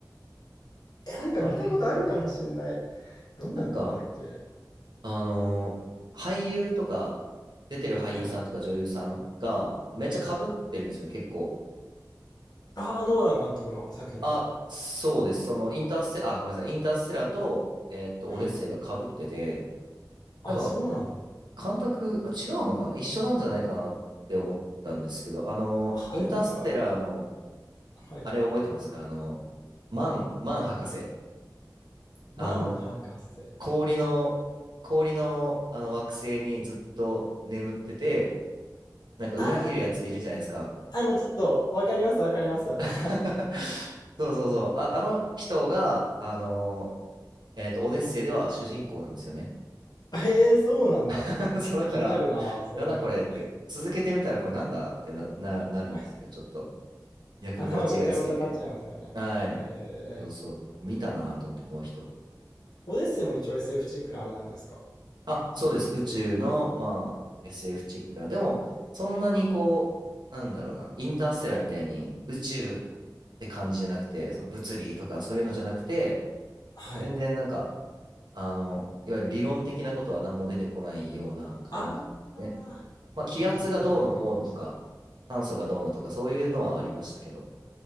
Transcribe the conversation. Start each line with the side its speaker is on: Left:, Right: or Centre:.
Left: え、なんか見たことあるかもしんない。
Right: あれ、はい。
Left: どんなんだったっけ
Right: なんか、あの、俳優とか、出てる俳優さんとか女優さんが、
Left: はい。
Right: めっちゃ被ってるんですよね、結構。
Left: ああ、ノーラン監督の作品と。
Right: あ、そうです。その、インターステ、あ、ごめんなさい、インターステラと、えーっと、
Left: はい。
Right: オデッセイが被ってて、
Left: あ、
Right: なんか、
Left: そうなんだ。
Right: 監督、あ、違うのかな一緒なんじゃないかなって思ったんですけど、あの、
Left: ああ、
Right: インターステラーの、
Left: でもなんか、はい。
Right: あれ覚えてますかあの、マン、マン博士。
Left: マン博士。
Right: あの、氷の、氷の、あの惑星にずっと眠ってて、なんか裏切るやついるじゃないですか。
Left: ああ、あの、ちょっと、わかります、わかります。<laughs>
Right: <laughs> そうそうそう。あ、あの人が、あのえっと、オデッセイでは主人公なんですよね。
Left: ええー、そうなんだ。
Right: <laughs>
Left: ちょっと気になるな、
Right: そうだから、
Left: それだけで。
Right: なんだこれって、続けてみたらこれなんだってな、な、なるんですけど、
Left: <laughs>
Right: ちょっと役柄違いすぎて。
Left: 頭がごちゃごちゃになっちゃいますよね。
Right: はい。
Left: ええー
Right: そうそう。見たなと思って、この人。
Left: オデッセイも一応 SF チックのあれなんですか
Right: あ、そうです。宇宙の、まあ、SF チックな。でも、そんなにこう、なんだろうな、インターステラーみたいに宇宙って感じじゃなくて、その物理とかそういうのじゃなくて、
Left: はい。
Right: 全然なんか、あの、いわゆる理論的なことは何も出てこないような感じですね。
Left: あ
Right: まあ、気圧がどうのこうのとか、
Left: あ、なんとなくわかりました。
Right: 酸素がどうのとか、そういうのはありましたけど、